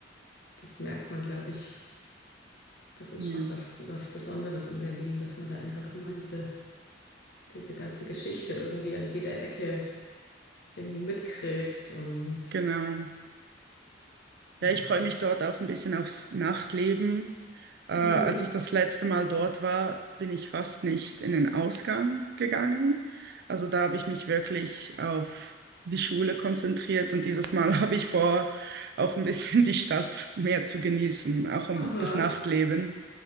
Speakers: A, on the left; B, on the right.
A: das merkt man, glaube ich, das ist
B: Ja,
A: schon was, was Besonderes in Berlin, dass man da einfach immer diese, diese ganze Geschichte irgendwie an jeder Ecke irgendwie mitkriegt und
B: genau.
A: Mhm.
B: Ja, ich freue mich dort auch ein bisschen aufs Nachtleben. Äh, als
A: mhm.
B: ich das letzte Mal dort war, bin ich fast nicht in den Ausgang gegangen. Also da habe ich mich wirklich auf die Schule konzentriert und dieses Mal <laughs> habe ich vor, auch ein bisschen die Stadt mehr zu genießen, auch am-
A: Aha.
B: das Nachtleben.